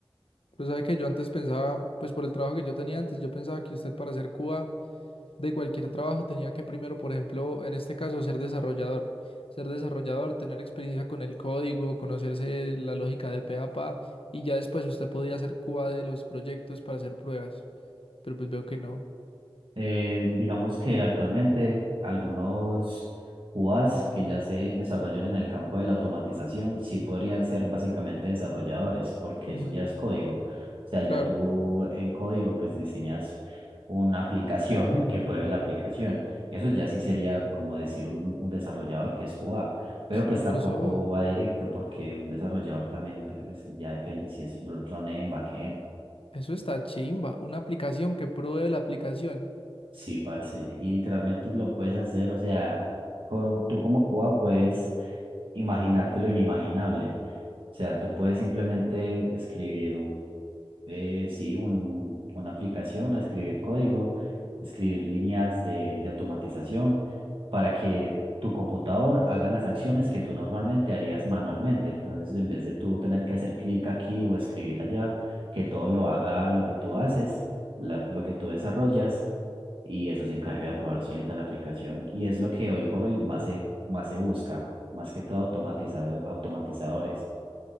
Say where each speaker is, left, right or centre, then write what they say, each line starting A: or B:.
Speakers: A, on the left; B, on the right.
A: Pero sabe que yo antes pensaba, pues por el trabajo que yo tenía antes, yo pensaba que usted para hacer Cuba de cualquier trabajo tenía que primero, por ejemplo, en este caso, ser desarrollador. Ser desarrollador, tener experiencia con el código, conocerse la lógica de pe a pa, y ya después usted podía hacer cuba de los proyectos para hacer pruebas. Pero pues veo que no.
B: Eh, digamos que actualmente algunos QAs que ya se desarrollan en el campo de la automatización sí podrían ser básicamente desarrolladores, porque
A: Mm,
B: eso ya es código. O sea, ya
A: claro.
B: tú en código pues diseñas una aplicación <laughs> que pruebe la aplicación. Eso ya sí sería como decir un, un desarrollador que es QA, pero pues
A: Uy,
B: tampoco
A: pero eso,
B: va directo porque un desarrollador también pues, ya depende si es front-end, backend,
A: eso está chimba. Una aplicación que pruebe la aplicación.
B: Sí, parce, y literalmente lo puedes hacer, o sea, co- tú como Cuba puedes imaginarte lo inimaginable, o sea, tú puedes simplemente escribir, eh, sí, un- un- una aplicación, a escribir código, escribir líneas de, de automatización para que tu computador haga las acciones que tú normalmente harías manualmente, entonces en vez de tú tener que hacer clic aquí o escribir allá, que todo lo haga lo que tú haces, la- lo que tú desarrollas y eso se encarga de probar solita la aplicación. Y es lo que hoy por hoy más se, más se busca, más que todo automatizado, automatizadores.